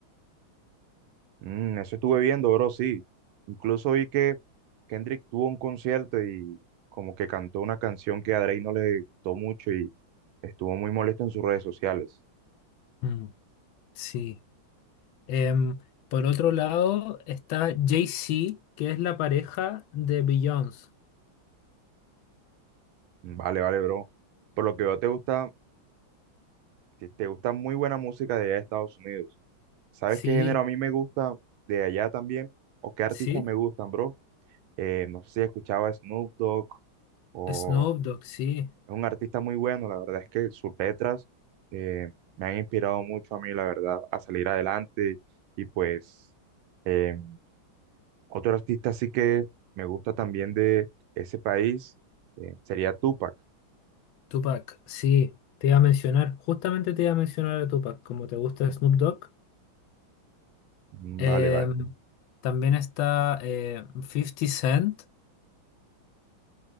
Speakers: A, on the right (about 80°); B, on the left (about 80°).
A: Mm, eso estuve viendo, bro, sí. Incluso vi que Kendrick tuvo un concierto y como que cantó una canción que a Drake no le gustó mucho y estuvo muy molesto en sus redes sociales.
B: Mm, sí. Em, por otro lado está Jay-Z, que es la pareja de Beyoncé.
A: Mm, Vale, vale, bro. Por lo que veo, te gusta, te te gusta muy buena música de allá de Estados Unidos. ¿Sabes
B: Sí,
A: qué género a mí me gusta de allá también? ¿O qué artistas
B: sí.
A: me gustan, bro? Eh, no sé si escuchaba Snoop Dogg o,
B: Snoop Dogg, sí.
A: Es un artista muy bueno, la verdad es que sus letras eh, me han inspirado mucho a mí, la verdad, a salir adelante. Y pues eh, otro artista sí que me gusta también de ese país eh, sería Tupac.
B: Tupac, sí. Te iba a mencionar, justamente te iba a mencionar a Tupac, como te gusta Snoop Dogg.
A: Mm,
B: Em,
A: Vale, vale.
B: también está eh, 50 Cent,